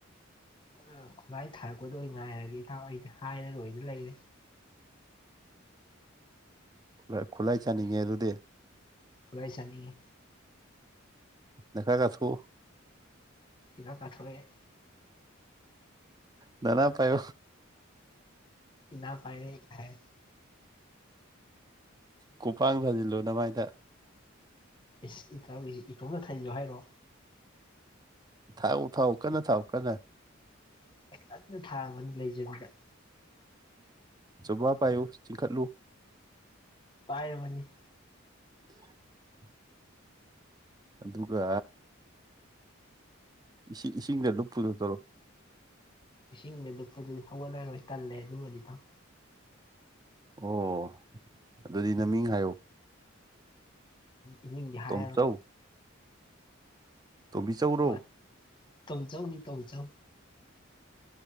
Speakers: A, on the left; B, on the right.
A: ꯑꯗꯨꯅ ꯈꯨꯠꯂꯥꯏ ꯊꯥꯔꯛꯄꯗꯣ ꯑꯣꯏ ꯉꯥꯏꯔꯒꯦ ꯏꯇꯥꯎ ꯑꯩꯗꯤ ꯍꯥꯏꯔꯔꯣꯏꯗꯥ ꯂꯩꯔꯦ
B: ꯈꯨꯠꯂꯥꯏ ꯈꯨꯠꯂꯥꯏ ꯆꯥꯅꯤꯡꯉꯦ ꯑꯗꯨꯗꯤ
A: ꯈꯨꯂꯥꯏ ꯆꯥꯅꯤꯡꯉꯦ
B: ꯅꯈ꯭ꯌꯥꯠ ꯀꯥꯊꯣꯛꯎ
A: ꯏꯈ꯭ꯌꯥꯠ ꯀꯥꯊꯣꯛꯑꯦ
B: ꯅꯅꯥ ꯄꯥꯏꯌꯨ
A: ꯏꯅꯥ ꯄꯥꯏꯔꯦ ꯍꯥꯏ
B: ꯈꯨꯄꯥꯥꯡ ꯊꯖꯤꯜꯂꯨ ꯅꯃꯥꯥꯏꯗ
A: ꯏꯁ ꯏꯇꯥꯎꯒꯤꯁꯤ ꯏꯇꯣꯝꯗ ꯊꯥꯖꯤꯟꯂꯣ ꯍꯥꯏꯔꯣ
B: ꯊꯥꯎ ꯊꯥꯎ ꯀꯟꯅ ꯊꯥꯎ ꯀꯟꯅ
A: <unintelligible> ꯀꯟꯅ ꯊꯥꯔꯕꯅꯤ ꯂꯩꯖꯕꯤꯗ
B: ꯆꯨꯕ ꯄꯥꯏꯌꯨ ꯆꯤꯡꯈꯠꯂꯨ
A: ꯄꯥꯏꯔꯕꯅꯤ
B: <unintelligible> ꯑꯗꯨꯒ ꯏꯁꯤꯡ ꯏꯁꯤꯡꯗ ꯂꯨꯞ ꯄꯨꯂꯗꯧꯇꯧꯔꯣ
A: ꯏꯁꯤꯡꯗ ꯂꯨꯞꯄꯗꯨꯗꯤ ꯍꯧꯒꯠꯂ ꯔꯣꯏ ꯇꯜꯂꯦ ꯑꯗꯨꯃꯗꯤ ꯏꯇꯥꯎ
B: ꯑꯣ ꯑꯗꯨꯗꯤ ꯅꯃꯤꯡ ꯍꯥꯏꯌꯨ
A: ꯏꯃꯥꯛꯗꯤ ꯍꯥꯏꯔꯔꯣꯏ
B: ꯇꯣꯝꯆꯧ ꯇꯣꯝꯕꯤꯆꯧꯔꯣ
A: ꯃ ꯇꯣꯝꯆꯧꯅꯤ ꯇꯣꯝꯆꯧ